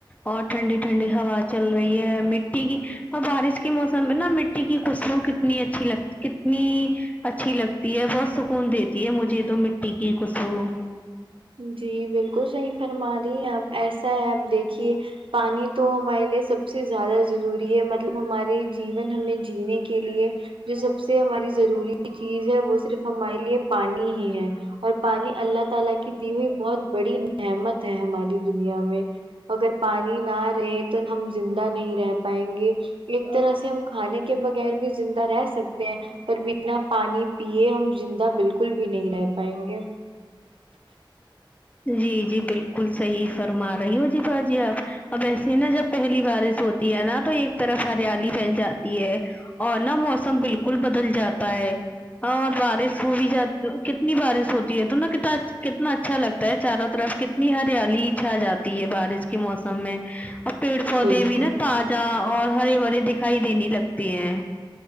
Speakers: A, on the left; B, on the right.
A: اور ٹھنڈی ٹھنڈی ہوا چل رہی ہے مٹی کی اور بارش کے موسم میں نا مٹی کی خوسبو کت کتنی اچھی لگتی کتنی اچھی لگتی ہے بہت سکون دیتی ہے مجھے تو مٹی کی خوسبو
B: جی بالکل صحیح فرما رہی آپ ایسا ہے آپ دیکھیے پانی تو ہمارے لیے سب سے زیادہ ضروری ہے مطلب ہمارے جیون ہمیں جینے کے لیے جو سب سے ہماری ضروری چیز ہے وہ صرف ہمارے لیے پانی ہی ہے اور پانی اللہ تعالی کی دی ہوئی بہت بڑی نعمت ہے ہماری دنیا میں اگر پانی نہ رہے تو ہم زندہ نہیں رہ پائیں گے ایک طرح سے ہم کھانے کے بغیر بھی زندہ رہ سکتے ہیں پر بنا پانی پیے ہم زندہ بالکل بھی نہیں رہ پائیں گے
A: جی جی بالکل صحیح فرما رہی ہو جی با جی آپ اب ایسے نا جب پہلی بارش ہوتی ہے نا تو ایک طرف ہریالی پھیل جاتی ہے اور نا موسم بالکل بدل جاتا ہے اور بارش ہو ہی جاتی کتنی بارش ہوتی ہے تو نا کت کتنا اچھا لگتا چاروں طرف کتنی ہریالی چھا جاتی ہے بارش کے موسم میں ا پیڑ پودے
B: بالکل
A: بھی نا تازہ اور ہرے بھرے دکھائی دینے لگتے ہیں